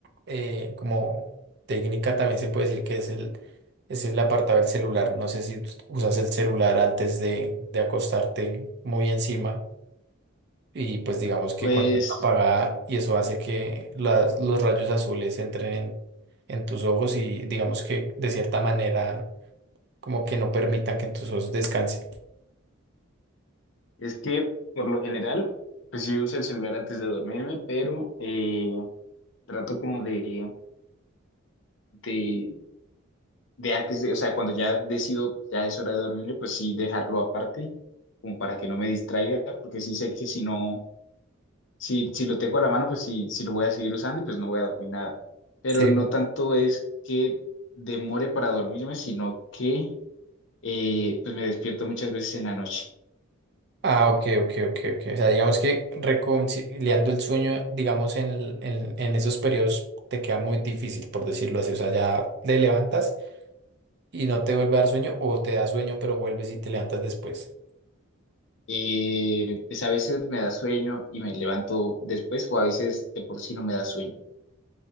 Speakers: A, on the right (about 50°); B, on the left (about 60°).
A: eh, como técnica también se puede decir que es el, es el apartado del celular. No sé si tú usas el celular antes de, de acostarte muy encima y pues digamos que
B: Pues
A: con la luz apagada y eso hace que las- los rayos azules entren en, en tus ojos y digamos que de cierta manera como que no permitan que tus ojos descansen.
B: es que por lo general, pues yo uso el celular antes de dormirme, pero eh, trato como de... de de antes de, o sea, cuando ya decido, ya es hora de dormir, pues sí dejarlo aparte, como para que no me distraiga, porque sí sé que si no, si, si lo tengo a la mano, pues sí, sí lo voy a seguir usando y pues no voy a dormir nada. Pero
A: sí
B: no tanto es que demore para dormirme, sino que eh, pues me despierto muchas veces en la noche.
A: Ah, ok, ok, ok, ok. O sea, digamos que reconciliando el sueño, digamos, en, el- en, en esos periodos te queda muy difícil, por decirlo así. O sea, ya te levantas y no te vuelve a dar sueño o te da sueño, pero vuelves y te levantas después.
B: Eh, pues a veces me da sueño y me levanto después, o a veces de por sí no me da sueño.